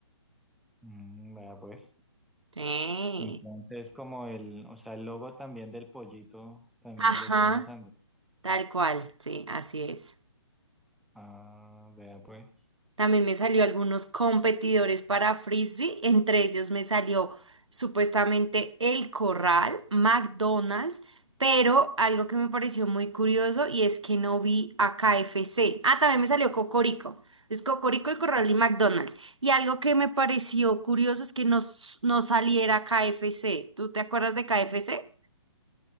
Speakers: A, in the centre; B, on the right (about 80°).
A: Mm, vea pues.
B: Sí.
A: Entonces, como el, o sea, el logo también del pollito también
B: Ajá,
A: lo están usando.
B: tal cual, sí, así es.
A: Ah, vea pues.
B: También me salió algunos competidores para frisbee, entre ellos me salió supuestamente El Corral, McDonald's, pero algo que me pareció muy curioso y es que no vi a KFC. Ah, también me salió Cocorico. Es Cocorico, El Corral y McDonald's. Y algo que me pareció curioso es que no, s- no saliera KFC. ¿Tú te acuerdas de KFC?